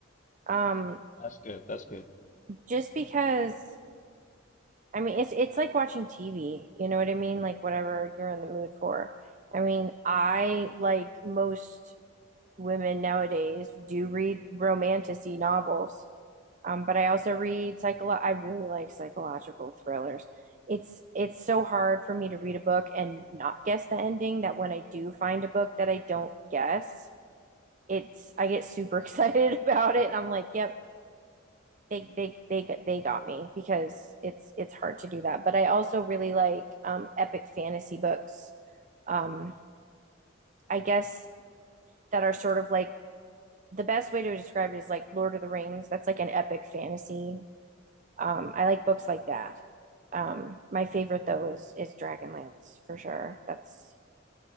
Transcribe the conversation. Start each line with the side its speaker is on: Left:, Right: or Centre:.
Right: Um
Left: That's good. That's good.
Right: just because I mean, it's it's like watching TV, you know what I mean? Like whatever you're in the mood for. I mean, I like most women nowadays do read romantic-y novels. Um, but I also read psycholo I really like psychological thrillers. It's it's so hard for me to read a book and not guess the ending that when I do find a book that I don't guess, it's I get super <laughs> excited about it and I'm like, yep, they they they they got me because it's it's hard to do that. But I also really like um, epic fantasy books. Um, I guess that are sort of like the best way to describe it is like Lord of the Rings. That's like an epic fantasy. Um, I like books like that. Um, my favorite though is is Dragonlance for sure. That's